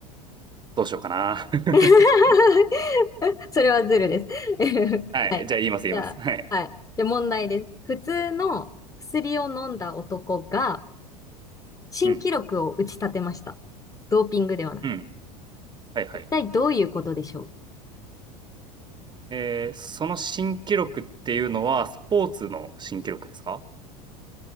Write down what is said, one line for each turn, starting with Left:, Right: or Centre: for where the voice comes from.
Right: どうしようかな。<laughs>
Left: <laughs> それはズルです。<laughs>
Right: はい。
Left: はい。
Right: じゃあ言います言います。
Left: じゃあ、
Right: はい。
Left: はい。じゃあ、問題です。普通の薬を飲んだ男が新記録を打ち立てました。
Right: うん。
Left: ドーピングではなく。
Right: うん。はいはい。
Left: 一体どういうことでしょう
Right: えー、その新記録っていうのは、スポーツの新記録ですか